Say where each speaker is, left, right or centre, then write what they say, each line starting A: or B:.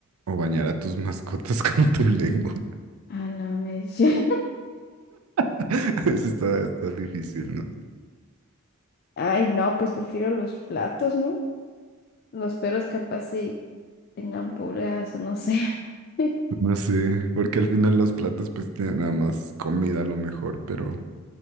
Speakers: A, on the right (about 80°); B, on the left (about 45°).
A: o bañar a tus mascotas <laughs> con tu lengua?
B: A la mecha. <laughs>
A: <laughs> Eso está, está difícil, ¿no?
B: Ay, no, pues prefiero los platos, ¿no? Los perros capaz si tengan pulgas o no sé. <laughs>
A: No sé, porque al final los platos pues tienen nada más comida a lo mejor, pero